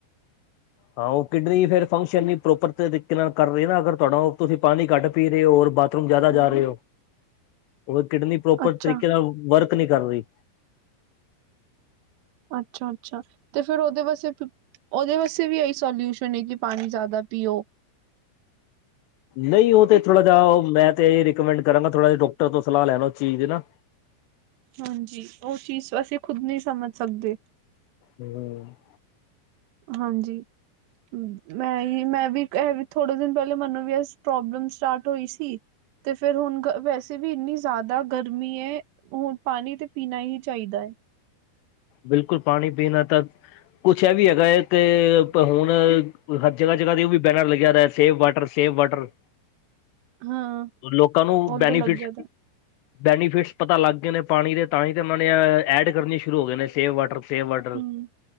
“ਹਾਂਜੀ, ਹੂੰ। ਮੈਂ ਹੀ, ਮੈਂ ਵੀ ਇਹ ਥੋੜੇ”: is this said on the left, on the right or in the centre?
Right